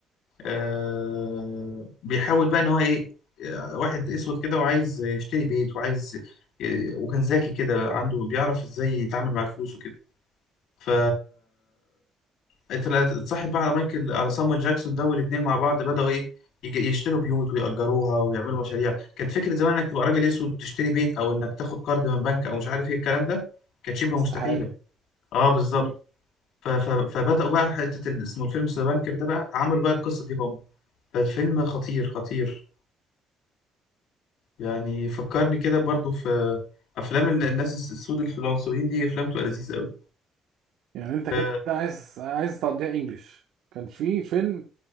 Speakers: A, on the left; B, on the right.
A: آه، بيحاول بقى إن هو إيه آه، واحد أسود كده وعايز يشتري بيت وعايز آه، وكان ذكي كده عنده بيعرف إزاي يتعامل مع الفلوس وكده ف انت لا- اتصاحب بقى على مايكل على سامويل جاكسون ده والاثنين مع بعض بدأوا ايه يج- يشتروا بيوت ويأجروها ويعملوا مشاريع كانت فكرة زمان انك تبقى راجل اسود وتشتري بيت او انك تاخد قرض من بنك او مش عارف ايه الكلام ده كانت شبه
B: استحاله
A: مستحيلة اه بالظبط
B: مم.
A: ف- ف- فبدأوا بقى حتة ال- اسمه الفيلم ذا بانكر ده بقى عملوا بقى القصة دي هم فالفيلم خطير خطير يعني فكرني كده برضو في افلام ال- الناس الس- السود الفلانسويين دي افلام بتبقى لذيذة قوي
B: يعني انت
A: ف-
B: كده عايز عايز تقضيها انجلش كان في فيلم